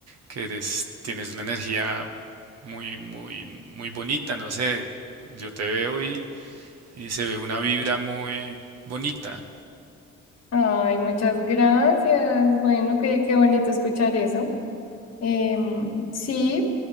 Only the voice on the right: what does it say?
que eres, tienes una energía muy, muy, muy bonita, no sé, yo te veo y, y se ve una vibra muy bonita.